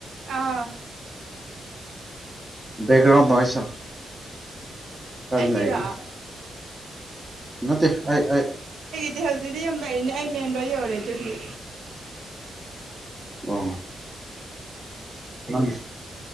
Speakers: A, on the right (about 85°); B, on the right (about 15°).
A: ꯑꯥ
B: ꯕꯦꯛꯒ꯭ꯔꯥꯎꯟꯗ ꯅꯣꯏꯁ ꯈꯔ
A: ꯑꯩꯒꯤꯔꯣ
B: ꯂꯏꯕꯤ ꯅꯠꯇꯦ ꯑꯩ
A: ꯑꯗꯨ ꯍꯧꯖꯤꯛꯇꯗꯤ ꯌꯥꯝ ꯂꯥꯛꯏꯅꯦ ꯑꯩ ꯃꯦꯟ ꯔꯣ ꯌꯧꯔꯦ ꯑꯗꯨꯒꯤ
B: ꯑ ꯅꯪ